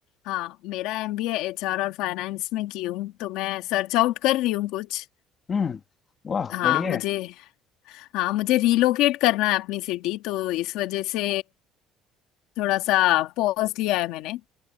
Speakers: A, on the left (about 70°); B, on the left (about 25°).
A: हाँ मेरा एमबीए एचआर और फाइनेंस में की हूँ तो मैं सर्च आउट कर रही हूँ कुछ
B: हम्म वाह
A: हाँ
B: बढ़िया
A: मुझे
B: है
A: हाँ मुझे रीलोकेट करना है अपनी सिटी तो इस वजह से थोड़ा सा पॉज लिया है मैंने